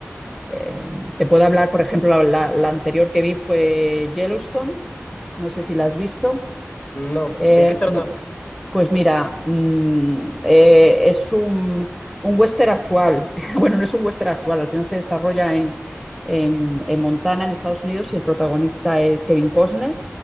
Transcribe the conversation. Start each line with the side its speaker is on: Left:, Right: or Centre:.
Centre: Eh, te puedo hablar, por ejemplo, la, la- la anterior que vi fue Yellowstone, no sé si la has visto.
Left: No,
Centre: Eh,
Left: ¿de qué trata?
Centre: no- pues mira, mm, eh, es un, un western actual. <laughs> Bueno, no es un western actual, al final se desarrolla en, en- en Montana, en Estados Unidos, y el protagonista es Kevin Costner.